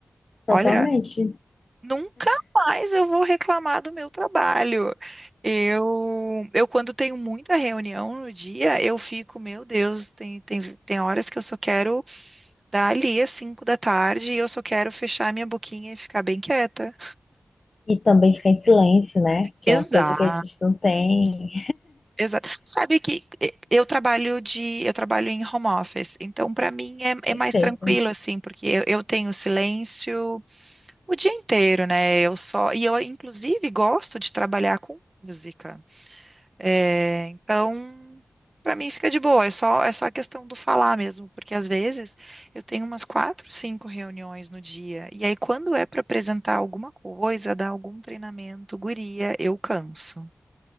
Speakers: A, on the left; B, on the right.
A: Totalmente.
B: Olha, Nunca mais eu vou reclamar do meu trabalho. Eu, eu quando tenho muita reunião no dia, eu fico, meu Deus, tem, tem, tem horas que eu só quero dar ali às 5 da tarde e eu só quero fechar minha boquinha e ficar bem quieta.
A: E também ficar em silêncio, né? Que
B: Exato,
A: é uma coisa que a gente não tem.
B: exato. Sabe que eh, eu trabalho de, eu trabalho em home office, então para mim é,
A: Perfeito.
B: é mais tranquilo assim, porque eu, eu tenho silêncio o dia inteiro, né? Eu só, e eu inclusive gosto de trabalhar com música. É, então, para mim fica de boa, é só, é só a questão do falar mesmo, porque às vezes eu tenho umas quatro, cinco reuniões no dia, e aí quando é para apresentar alguma coisa, dar algum treinamento, guria, eu canso.